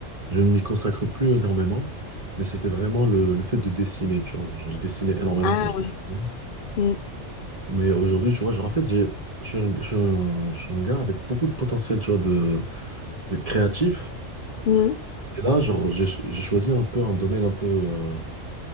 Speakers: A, on the right; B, on the left.
A: je ne m'y consacre plus énormément, mais c'était vraiment le, le fait de dessiner, tu vois. Genre, je dessinais énormément
B: Ah
A: quand j'étais
B: ouais.
A: plus jeune.
B: Mm,
A: Mais aujourd'hui, tu vois, genre, en fait, j'ai, je suis un, je suis un- je suis un gars avec beaucoup de potentiel, tu vois, de, de créatif,
B: mm,
A: et là, genre, j'ai j'ai choisi un peu un domaine un peu, euh,